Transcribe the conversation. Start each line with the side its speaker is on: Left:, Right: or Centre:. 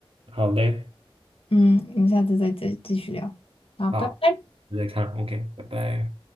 Right: 好嘞，
Left: 嗯，我们下次再再继续聊。好，
Right: 好，
Left: 拜拜。
Right: 再看，OK，拜拜。